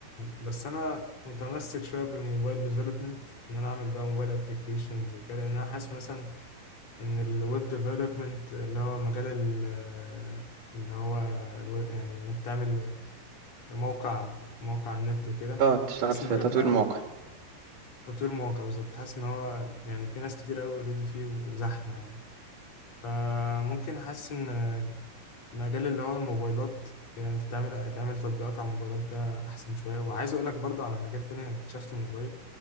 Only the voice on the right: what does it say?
اه تشتغل
في
تطوير
المواقع